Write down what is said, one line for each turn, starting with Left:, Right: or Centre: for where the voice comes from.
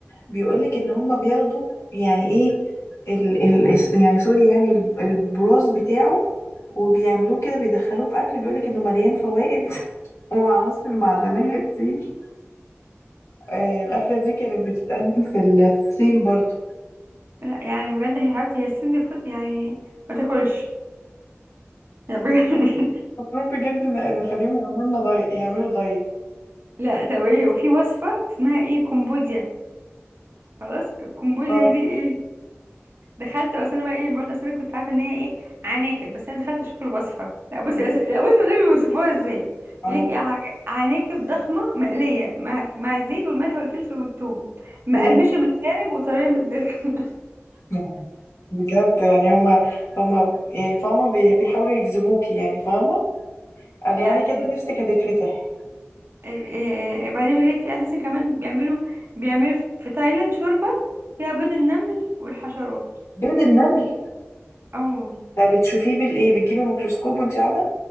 Left: بيقولك ان هم بياخدوا يعني ايه ال ال الس- يعني سوري يعني ال- البراز بتاعه وبيعملوه كده بيدخلوه في اكل بيقولك انه مليان فوائد <laughs> وعناصر معدنية كتير آه الأكلة دي كانت بتتقدم في ال- في الصين برضو
Right: لا يعني بجد هي حبيبتي هي السن فود يعني ما تاكلش يعني بجد
Left: مفروض بجد إن إن نخليهم يعملوا لنا دايت يعملوا دايت
Right: <laughs> لا ده ايه وفي وصفه اسمها ايه كمبوديا خلاص الكمبوديا
Left: اه
Right: دي ايه دخلت بس انا بقى ايه برضه اصل انا كنت عارفه ان هي ايه عناكب بس انا دخلت اشوف الوصفه لا بصي
Left: مم.
Right: أس... لا بصي والنبي بيوصفوها ازاي
Left: اه
Right: بيقول لك ايه عن- عناكب ضخمه مقليه مع مع الزيت والملح والفلفل والثوم مقرمشه
Left: مم.
Right: من الخارج وطريه من الداخل
Left: يعني بجد يعني هما هما يعني فاهمة بي- بيحاولوا يجذبوكي يعني فاهمة
Right: <laughs>
Left: قال
Right: يعني
Left: يعني كده نفسك هتتفتح
Right: إيه إيه- بعدين بيقول لك في اساسا كمان بيعملوا بيعملوا في في تايلاند شوربه فيها بيض النمل والحشرات
Left: بيض النمل
Right: اه
Left: ده بتشوفيه بالايه بتجيبي ميكروسكوب وانت قاعده